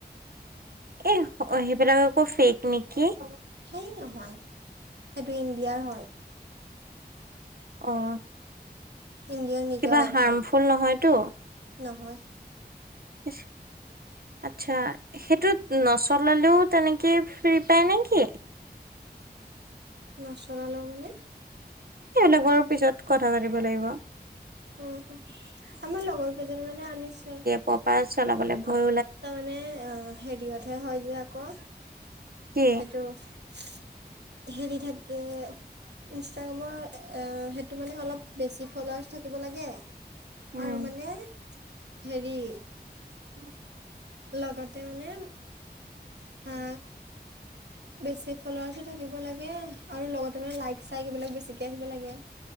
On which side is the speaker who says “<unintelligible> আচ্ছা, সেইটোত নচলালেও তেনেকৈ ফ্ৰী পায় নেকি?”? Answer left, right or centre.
Right